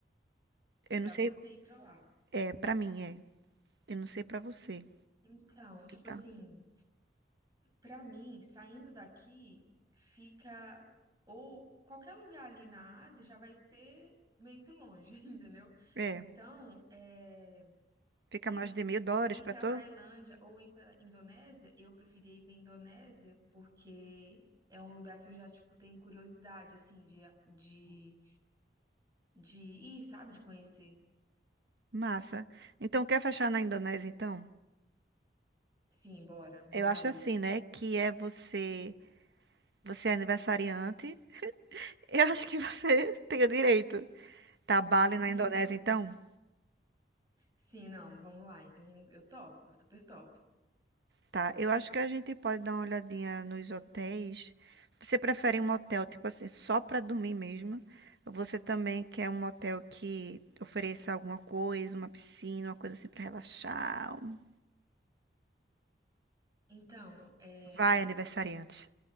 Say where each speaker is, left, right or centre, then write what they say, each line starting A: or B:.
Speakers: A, on the right; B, on the right.
A: Eu
B: pra
A: não sei,
B: você ir pra lá.
A: é, pra mim é. Eu não sei pra você,
B: Então, tipo
A: tá?
B: assim, pra mim, saindo daqui, fica. Ou qualquer lugar ali na Ásia já vai ser meio que longe, <laughs> entendeu?
A: É,
B: Então, é
A: fica
B: E
A: mais de mil dólares
B: ir
A: pra
B: para
A: tu?
B: a Tailândia ou ir para a Indonésia, eu preferi ir para a Indonésia porque é um lugar que eu já, tipo, tenho curiosidade, assim, de, de, de ir, sabe? De conhecer.
A: Massa. Então, quer fechar na Indonésia, então?
B: Sim, bora. Bali.
A: Eu acho assim, né? Que é você, você é aniversariante. <laughs> Eu acho que você <laughs> tem o direito. Tá, Bali
B: Uhum.
A: na Indonésia, então?
B: Sim, não, vamos lá. Então, eu topo, super topo.
A: Tá. Eu acho que a gente pode dar uma olhadinha nos hotéis. Você prefere um hotel, tipo assim, só pra dormir mesmo? Ou você também quer um hotel que ofereça alguma coisa, uma piscina, uma coisa assim pra relaxar? um-
B: Então, é...
A: Vai, aniversariante.